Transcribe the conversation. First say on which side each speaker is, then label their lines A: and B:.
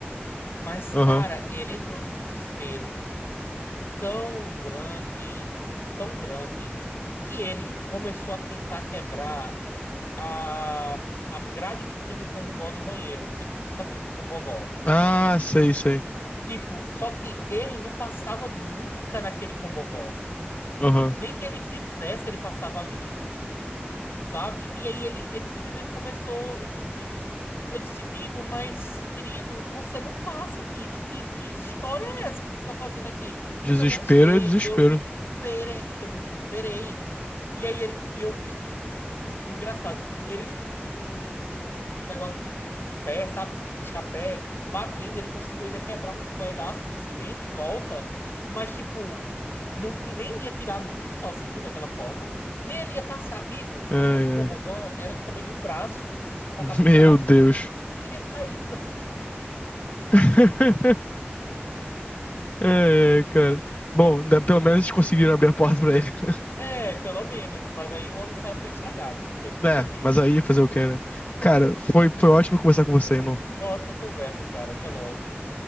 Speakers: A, on the left; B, on the left.
A: Mas,
B: Aham.
A: cara, ele entrou num desespero tão grande, tão grande, que ele começou a tentar quebrar a, a grade que tinha no Comungó do banheiro. Não sei se você sabe o que é Combogó.
B: Ah, sei, sei.
A: Tipo, só que ele não passava nunca naquele Combogó.
B: Aham.
A: Nem que ele quisesse, ele passava ali, sabe? E aí ele, ele simplesmente começou, eu disse assim, eu disse, amigo, mas querido, você não passa aqui. Que, di- que história é essa que você está fazendo aqui?
B: Desespero
A: Eu disse, eu não sei,
B: é desespero.
A: eu me desesperei, eu me desesperei. E aí ele, e eu, <laughs> E o engraçado, ele <laughs> com um negócio de, de pé, sabe? De lixar pé, batendo, ele conseguiu ainda quebrar um pedaço do cimento em volta, mas tipo, não, ti- nem ia tirar nunca sozinho daquela forma, nem ele ia passar. Amigo,
B: Ai,
A: o, o Cobogó
B: ai.
A: era do tamanho de um braço, tipo, só passava
B: Meu
A: um braço.
B: Deus.
A: Eu queria sair por. <laughs>
B: <laughs> Ai, ai, cara. Bom, ainda- pelo menos eles conseguiram abrir a porta pra ele. <laughs>
A: É, pelo menos, mas aí o ensaio foi estragado, não teve como
B: É,
A: a gente ir.
B: mas aí fazer o quê, né? Cara, foi, foi ótimo conversar com você, irmão.
A: Uma ótima conversa, cara. Até logo.